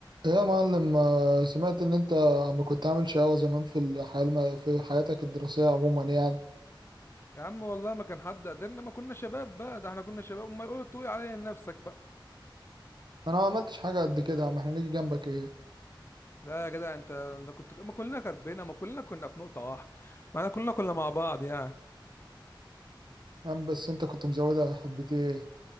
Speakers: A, on the right (about 60°); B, on the left (about 30°).
A: ايه يا معلم آه، سمعت ان انت عم كنت عامل شقاوة زمان في الحياة الم... في حياتك الدراسية عموما يعني
B: يا عم والله ما كان حد قدرنا ما كنا شباب بقى ده احنا كنا شباب امال قول تقول عليا لنفسك بقى
A: انا ما عملتش حاجة قد كده يا عم احنا نيجي جنبك ايه
B: لا يا جدع انت انت كنت ما كلنا كربنا ما كلنا كنا في نقطة واحدة ما احنا كلنا كنا مع بعض يعني
A: يا عم بس انت كنت مزودها حبة ايه